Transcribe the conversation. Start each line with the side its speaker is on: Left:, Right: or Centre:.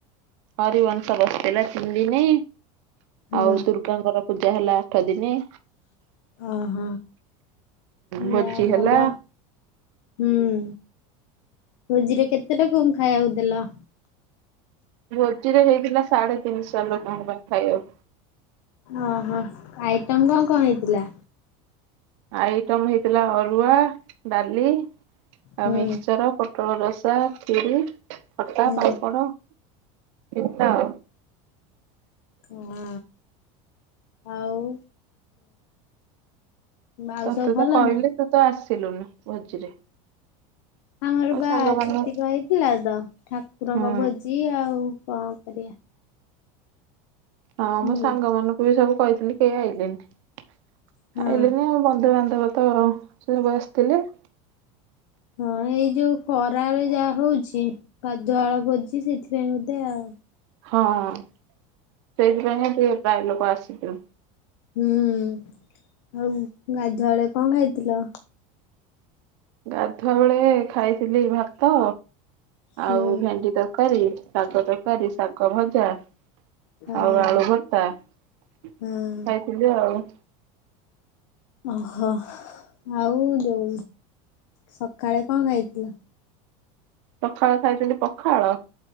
Right: ହରିବଂଶ ବସିଥିଲା ତିନି ଦିନି।
Left: ହଁ
Right: ଆଉ ଦୁର୍ଗାଙ୍କର ପୂଜା ହେଲା ଆଠ ଦିନି।
Left: ଅହ
Right: ଭୋଜି
Left: ଜା ଭଲ।
Right: ହେଲା।
Left: ହୁଁ, ଭୋଜିରେ କେତେ ଲୋକଙ୍କୁ ଖାଇବାକୁ ଦେଲ?
Right: ଭୋଜିରେ ହେଇଥିଲା ସାଢେ ତିନିଶ ଲୋକଙ୍କ ପାଇଁ ଖାଇବାକୁ।
Left: ଅ ହ ଆଇଟମ୍ କଣ କଣ ହେଇଥିଲା?
Right: ଆଇଟମ ହେଇଥିଲା। ଅରୁଆ, ଡାଲି ଆଉ
Left: ହୁଁ
Right: ମିକ୍ସଚର ପୋ ପୋଟଳ ରସା, ଖିରି, ଖଟା,
Left: ହୁଁ
Right: ପାମ୍ପଡ଼, ପିତା ଆଉ।
Left: ହୁଁ ଆଉ ଆଉ
Right: ତତେତ
Left: ସବୁ ଭଲ
Right: କହିଲି,
Left: ନା?
Right: ତୁ ତ ଆସିଲୁନି ଭୋଜିରେ।
Left: ଆମର
Right: ମୋ
Left: ବା
Right: ସାଙ୍ଗମାନ
Left: ଛୁତିକହେଇଥିଲା ତ, ଠାକୁରଙ୍କ
Right: ହୁଁ
Left: ଭୋଜି ଆଉ କଣ କରିବା।
Right: ହଁ,
Left: ହୁଁ
Right: ମୋ ସାଙ୍ଗମାନଙ୍କୁ ବି ସବୁ କହିଥିଲି କେହି ଆଇଲେନି।
Left: ହଁ
Right: ଆଇଲେନି ଆଉ ବନ୍ଧୁବାନ୍ଧବ ତ ସେ ସବୁ ଆସିଥିଲେ।
Left: ହଁ, ଏଇ ଯୋଉ ଖରାରେ ଯାହା ହଉଛି କାଦୁଆଳ ଭୋଜି ସେଥିପାଇଁ ବୋଧେ ଆଉ।
Right: ହଁ ସେଇଥିପାଇଁହିଁ ଟିକେ ପ୍ରାୟ ଲୋକ ଆସିଚ
Left: ହୁଁ ଆଉ ଗାଧୁଆଳେ କଣ ଖାଇଥିଲ।
Right: ଗାଧୁଆ ବେଳେ ଖାଇଥିଲି ଭାତ
Left: ହୁଁ
Right: ଆଉ ଭେଣ୍ଡି ତରକାରୀ ଶାଗ ତରକାରୀ ଶାଗ ଭଜା। ଆଉ
Left: ହଁ
Right: ଆଳୁ ଭତ୍ତା ଖାଇଥିଲି
Left: ହଁ
Right: ଆଉ।
Left: ଓହୋ ଆଉ ଯୋଉ ସଖାଳେ କଣ ଖାଇଥିଲ?
Right: ସଖାଳେ ଖାଇଥିଲି ପଖାଳ